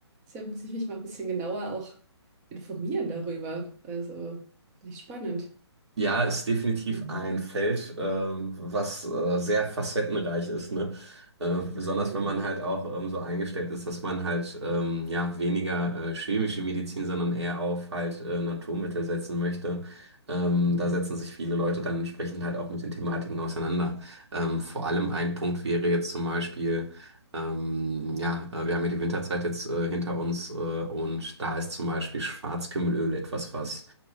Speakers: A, on the right (about 15°); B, on the right (about 70°).
A: deshalb muss ich mich mal ein bisschen genauer auch informieren darüber. Also finde ich spannend.
B: Ja, ist definitiv
A: Mhm.
B: ein Feld, ähm, was äh, sehr facettenreich ist, ne? Äh, besonders
A: Mhm.
B: wenn man halt auch ähm, so eingestellt ist, dass man halt ähm, ja weniger äh, chemische Medizin, sondern eher auf halt äh, Naturmittel setzen möchte. Ähm,
A: Mhm.
B: da setzen sich viele Leute dann entsprechend halt auch mit den Thematiken auseinander. Ähm, vor allem ein Punkt wäre jetzt zum Beispiel, ähm, ja, äh, wir haben ja die Winterzeit jetzt äh, hinter uns äh, und da ist zum Beispiel Schwarzkümmelöl etwas, was